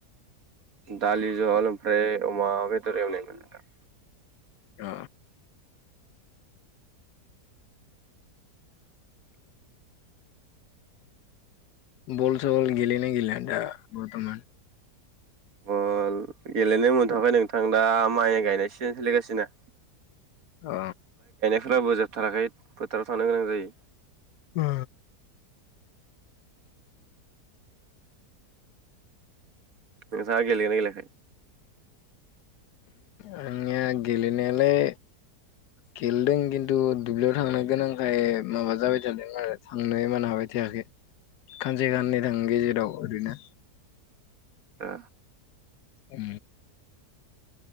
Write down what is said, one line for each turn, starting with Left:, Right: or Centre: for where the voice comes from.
Right: दालि जहल ओमफ्राय अमा बेदर एवनायमोन नोंथां।
Left: ओ बस सल गेलयोना गेलया दा बरथमान?
Right: बल गेलेनो मोनथ'वाखै नोंथां दा माइ गायनाय सिजेन सोलिगासिनो।
Left: अ
Right: फोरबो जोबथाराखै फोथाराव थानो गोनां जायो।
Left: अ
Right: नोंथांआ गेलेदोंना गेलेयाखै?
Left: आंनिया गेलेनायालाय खेलेदों खिन्थु दुब्लियाव थांनो गोनांखाय माबा जाबाय थादों आरो थांनो मोनहाबाय थायाखै। खानसे खाननि थां गेजेराव ओरैनो।
Right: ओ
Left: उ